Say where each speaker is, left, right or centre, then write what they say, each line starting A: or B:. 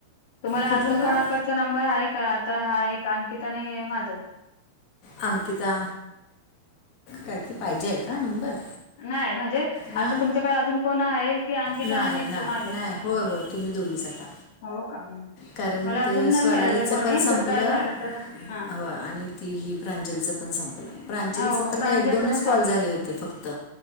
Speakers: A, on the left; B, on the left.
A: तुम्हाला
B: कुठलं
A: अजून कोणाकडचा
B: गाव
A: नंबर आहे का आता एक हा अंकिताने माझ
B: अंकिता काय ति पाहिजे आहे का नंबर?
A: नाही म्हणजे आता
B: हां
A: तुमच्याकडे अजून कोण आहे? की अंकिता
B: नाही
A: आणि मीच
B: नाही
A: माझ्याकडे
B: नाही होय होय तुम्ही दोघीच आता.
A: हो का हम्म.
B: कारण
A: मला अजून
B: ते
A: नाही
B: स्वरालीच
A: मिळालं कोणी
B: पण संपलं
A: जर काय झालं तर हा
B: हो. आणि ती ही प्रांजलीच पण संपलं प्रांजलीच
A: हो हो
B: तर काय
A: प्रांजलचं
B: एक दोनच
A: पण संपलं
B: कॉल झाले होते फक्त.